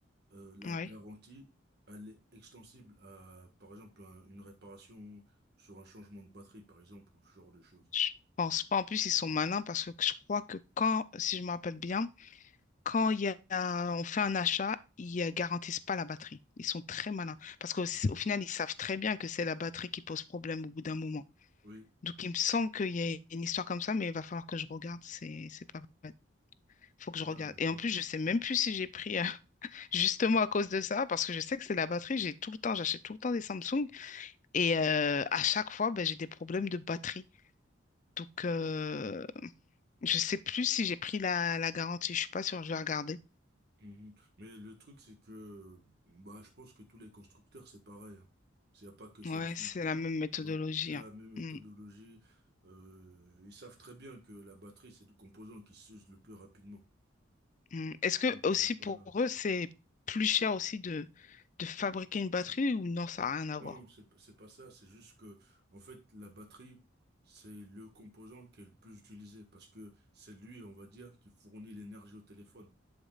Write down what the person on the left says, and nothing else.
Oui.
Je pense pas. En plus, ils sont malins parce que je crois que quand, si je me rappelle bien, quand il y a, on fait un achat, ils euh, garantissent pas la batterie. Ils sont très malins. Parce qu'au
au final, ils savent très bien que c'est la batterie qui pose problème au bout d'un moment.
Donc, il me semble qu'il y a une histoire comme ça, mais il va falloir que je regarde. C'est, c'est pas vrai. Faut que je regarde.
Et en plus, je sais même plus si j'ai pris euh, Justement à cause de ça, parce que je sais que c'est la batterie, j'ai tout le temps, j'achète tout le temps des Samsung et euh, à chaque fois, ben, j'ai des problèmes de batterie. Donc, euh, je sais plus si j'ai pris la, la garantie, je suis pas sûre, je vais regarder.
Ouais, c'est la même méthodologie.
hein.
Mm,
mm. Est-ce que
aussi
pour eux, c'est plus cher aussi de, de fabriquer une batterie ou non, ça n'a rien à
voir?